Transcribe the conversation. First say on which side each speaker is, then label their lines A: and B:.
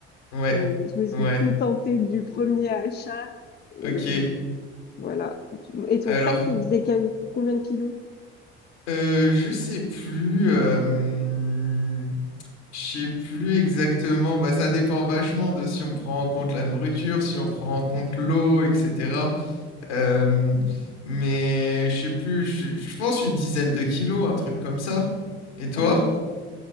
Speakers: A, on the left; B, on the left.
A: ouais,
B: Je, je me suis
A: ouais.
B: contentée du premier achat et
A: Ok.
B: voilà. Et ton
A: Alors,
B: sac, il faisait quel- combien de kilos?
A: euh, je sais plus. euh, je sais plus exactement. Bah, ça dépend vachement de si on prend en compte la nourriture, si on prend en compte l'eau, etc. Euh, mais je sais plus, je, je pense une dizaine de kilos, un truc comme ça. Et toi?
B: Ah oui.